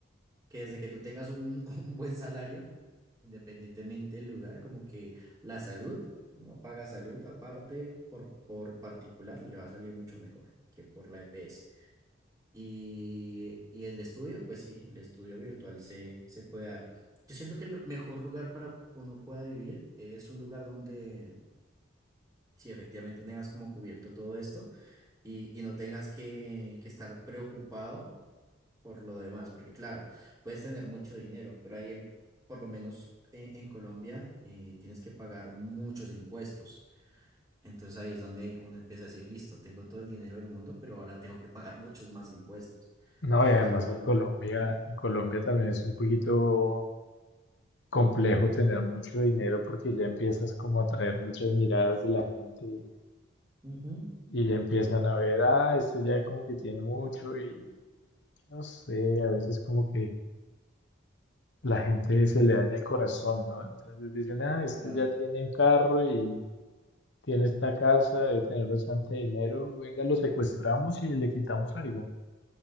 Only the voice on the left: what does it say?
No,
y además
en Colombia, en Colombia también es un poquito complejo tener mucho dinero porque ya empiezas como a atraer muchas miradas de la gente y,
y ya empiezan a ver, ah, este ya como que tiene mucho y no sé, a veces como que la gente se le daña el corazón, ¿no? Entonces dicen, ah, este
ya tiene un carro y tiene esta casa, debe tener bastante dinero, venga, lo secuestramos y le quitamos algo.